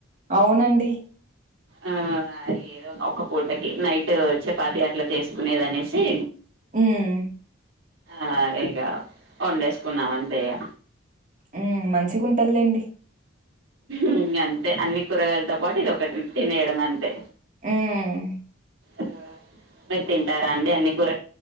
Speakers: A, on the right (about 40°); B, on the right (about 80°).
A: అవునండి
B: ఆ అ ఏదో ఒ పూటకి నైట్ చపాతి అట్లా చేసుకునేది అనేసి
A: ఉమ్
B: ఆ ఇగ వండేసుకున్నాం అంతే ఇగ
A: ఉమ్ మంచిగుంటది లేండి
B: ఉమ్ హు అంతే అన్ని కూరగాయలతో పాటు ఇది ఒకటి తినేయడం అంతే
A: ఉమ్
B: మ్ మీరు తింటారా అండి అన్ని కూర్